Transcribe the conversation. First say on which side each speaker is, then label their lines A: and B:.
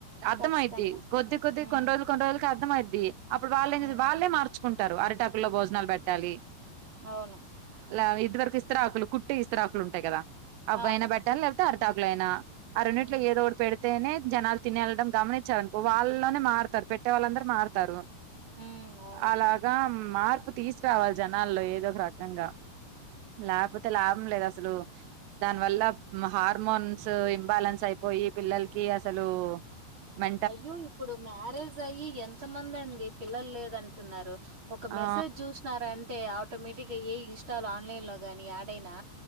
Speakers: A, on the right; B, on the right.
A: అర్థమైంది
B: ఖచ్చితంగా
A: కొద్ది
B: ఉమ్
A: కోన్ రోజులు కోన్ రోజులకు, అర్థమైంది, అప్పుడు వాళ్లే అందట
B: ఉమ్
A: వాళ్లే మార్చుకుంటారు, రు అరటాకు లో భోజనాలు పెట్టాలి,
B: అవును
A: ఇలా ఇది వరకుఇస్తరాకులు కుట్టి ఇస్తరాకులు ఉంటాయి కదా, అవిఅయినా
B: అవును
A: బెట్టాలి లేపోతే అరి, తాకులేనా ఆ రెండిట్లో
B: ఉమ్
A: ఏదో ఒకటి పెడితే, నే జనాలు తినేయల్లడం గమనించా, వాళ్ళలోనే మారుతారు పెట్టే వాళ్ళందరూ మారుతారు,
B: ఉమ్ అవునండి
A: అలాగా మార్ తీసుకురావాలి జనాల్లో ఏదో ఒక రకంగా లాభతే లాభ దు అసలు దాని వల్ల హార్మోన్స్ ఇన్ బ్యాలెన్స్ అయిపోయి పిల్లల, కి అసలు మే
B: అయ్యో ఇప్పుడు మ్యారేజ్ అయ్యి ఎంత మంది అండి పిల్లలు లేదంటే, అంటున్నారు ఒక మెసేజ్
A: ఆ
B: చూసన్నారంటే, అంటే ఆటోమేటిక్ గా ఏ ఇన్స్టాల్ ఆన్లైన్ లో ని యాడయినా,